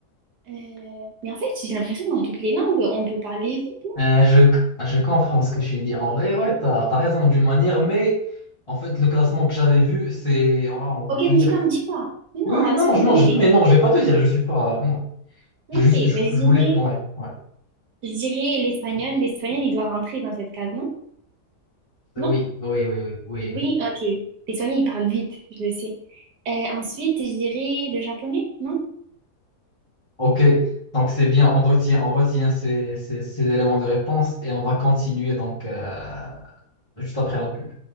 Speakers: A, on the right (about 75°); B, on the left (about 20°).
A: Euh, Mais en fait, j'ai l'impression que dans toutes les langues, on peut parler vite, non?
B: Euh, je, je comprends ce que je dis. En vrai, ouais, t'as, t'as raison d'une manière, mais en fait, le classement que j'avais vu, c'est, on va- on
A: Ok,
B: peut
A: me
B: dire
A: dis pas,
B: que...
A: me dis pas. Mais non,
B: Oui, oui, non,
A: laisse-moi
B: je,
A: deviner.
B: non, je- mais non, je vais pas te dire, je suis pas, non.
A: Ok,
B: J'ai juste, je,
A: ben, je
B: je
A: dirais,
B: voulais, ouais, ouais.
A: je dirais l'espagnol. L'espagnol, il doit rentrer dans cette case, non?
B: Oui,
A: Non?
B: oui, oui, oui, oui,
A: Oui,
B: oui.
A: ok. Les soignants, ils parlent vite, je le sais. Euh, ensuite, je dirais le japonais, non?
B: Ok, donc c'est bien, on retient, on retient ces, ces, ces éléments de réponse et on va continuer donc euh, juste après la pub.